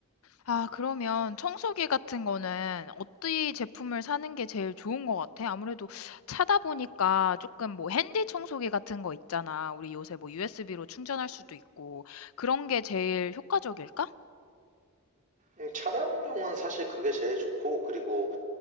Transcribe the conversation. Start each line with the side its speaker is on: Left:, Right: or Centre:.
Left: 아, 그러면 청소기 같은 거는 어떤 제품을 사는 게 제일 좋은 것 같아? 아무래도 차다 보니까 조금 뭐 핸디 청소기 같은 거 있잖아. 우리 요새 뭐 USB로 충전할 수도 있고 그런 게 제일 효과적일까?
Right: 음, 차량용은 사실 그게 제일 좋고 그리고